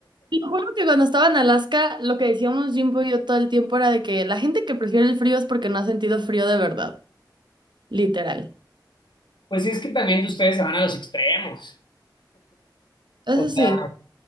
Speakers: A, on the right (about 80°); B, on the left (about 85°).
A: te lo juro que cuando estaba en Alaska, lo que decíamos Jimbo y yo todo el tiempo era de que la gente que prefiere el frío es porque no ha sentido frío de verdad, literal.
B: Pues es que también de ustedes se van a los extremos.
A: Eso
B: O sea,
A: sí,